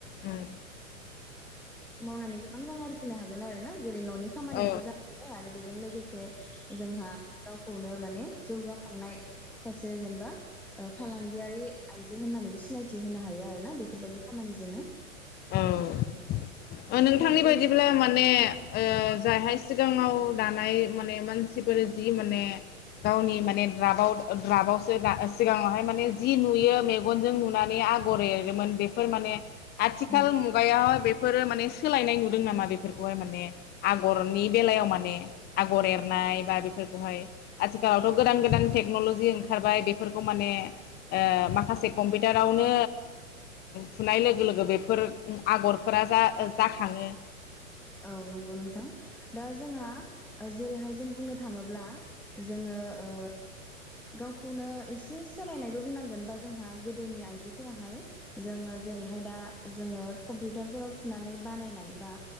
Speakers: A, on the left; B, in the centre.
A: उम
B: मावनानानै नों रां आरजिनो हागोन आरो ना जेरै न'नि खामानियाबो
A: औ
B: जाबाय आरो बे जों लोगोसे जोंहा गावखौनो माने जौगाखांनाय सासे जेनेबा फालांगियारि आइजो होननानैबो सिनायथि होनो हायो आरोना बेफोरबायदि खामानिजोंनो
A: औ नोंथांनि
B: दा बिदि
A: बायदिब्ला माने ओ जायहाय सिगाङाव दानाय माने मानसिफोर जि माने गावनि माने द्राबाव द्राबावसो दा सिगाङावहाय माने जि नुयो मेगनजों नुनानै आगर एरोमोन बेफोर माने आथिखाल
B: उम
A: मुगायावाय बेफोरो माने सोलायनाय नुदों नामा बेफोरखौहाय माने आगरनि बेलायाव माने आगर एरनाय बा बेफोरखौहाय आथिखालावथ गोदान गोदान टेक्नलजि ओंखारबाय बेफोरखौ माने माखासे ओ कम्पिउटारावनो थुनाय लोगो लोगो बेफोर आगरफोरा जा जाखाङो
B: औ नंगौ नोंथां दा जोंहा ओ जेरैहाय जों बुंनो थाङोब्ला जोङो ओ गावखौनो एसे सोलायनायबो बुंनांगोन बा जोंहा गोदोनि आइजोफोराहाय जोङो जेरैहाय दा जोङो कम्पिउटारफोराव थुनानै बानायनाय बा